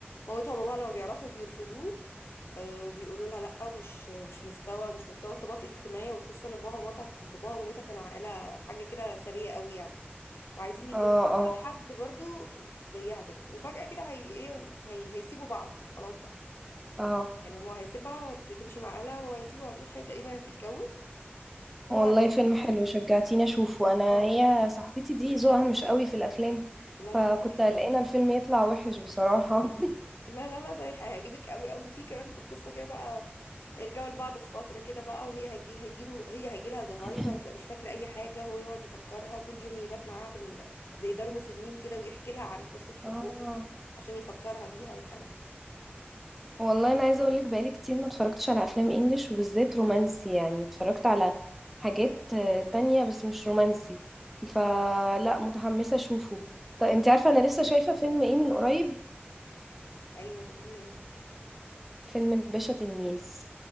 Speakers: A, on the left; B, in the centre.
A: مامتها وباباها لما بيعرفوا بيرفضوه آه، وبيقولوا لها لا ومش مش مستوى ومش مستوى الطبقات الاجتماعية وخصوصا إن باباها ومامتها باباها ومامتها كانوا عائلة حاجة كده ثرية قوي يعني وعايزين يتجوزوها
B: اه اه
A: لحد برضو زيها كده وفجأة كده هي ايه هي هيسيبوا بعض خلاص بقى
B: اه
A: يعني هو هيسيبها هت- تمشي مع اهلها هو هيسيبها هتروح هي تقريبا هتتجوز
B: والله
A: هو على
B: فيلم
A: فكرة-
B: حلو شجعتيني اشوفه انا
A: اه
B: هي صاحبتي دي ذوقها مش قوي في الافلام
A: لا
B: فكنت
A: لا لا ده حلو
B: قلقانه
A: قوي
B: الفيلم يطلع وحش بصراحه
A: لا لا لا ده هي- هيعجبك قوي قوي وفي كمان في القصة كده بقى هيرجعوا لبعض في فترة كده بقى وهي هيجي هيجيله هي هيجي لها زهايمر
B: <laughs>
A: هتبقى مش فاكرة أي حاجة هو يقعد يفكرها كل يوم يبات معاها في ال- زي دار مسنين كده ويحكي لها عن قصة حبهم
B: اه
A: دي عشان يفكرها بيها والكلام ده
B: والله انا عايزه اقول لك بقالي كتير ما اتفرجتش على افلام انجليش وبالذات رومانسي يعني اتفرجت على حاجات آه، تانية بس مش رومانسي فلا
A: مم.
B: متحمسه اشوفه طب انت عارفه انا لسه شايفه فيلم ايه من قريب
A: أيوه في فيلم إيه
B: فيلم الباشا تلميذ